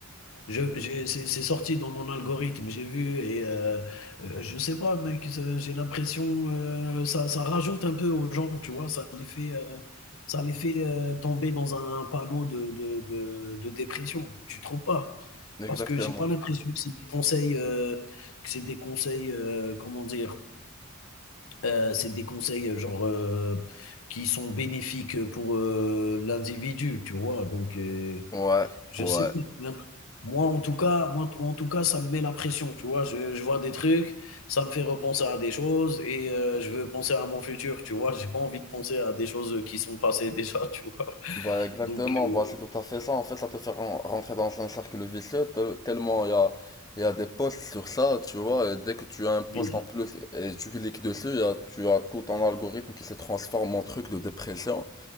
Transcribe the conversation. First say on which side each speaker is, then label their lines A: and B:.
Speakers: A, on the left; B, on the left.
A: Je j'ai c'est c'est sorti dans mon algorithme, j'ai vu et heu heu, je sais pas mec, ça j'ai l'impression, heu, ça ça rajoute un peu aux gens, tu vois? Ça les fait, heu, ça les fait, heu, tomber dans un panneau de de de de dépression, tu trouves pas?
B: Exactement.
A: Parce que j'ai pas l'impression que c'est des conseils, heu, que c'est des conseils, heu, comment dire? Heu, c'est des conseils, heu, genre, heu, qui sont bénéfiques, pour, heu, l'individu, tu vois? Donc heu
B: Ouais,
A: Je
B: ouais.
A: sais pas, j'ai l'imp- moi en tout cas moi en tout cas, ça me met la pression, tu vois? Je je vois des trucs, ça me fait repenser à des choses et heu, je veux penser à mon futur, tu vois? J'ai pas envie de penser à des choses, qui sont passées déjà, <laughs> tu vois?
B: Bah exactement,
A: Donc heu,
B: bah c'est tout à fait ça. En fait, ça te fait ren- rentrer dans un cercle vicieux tel- tellement il y a, il y a des posts sur ça, tu vois. Et dès que tu as un post
A: oui,
B: en plus et tu cliques dessus, il y a- tu as tout un algorithme qui se transforme en truc de dépression.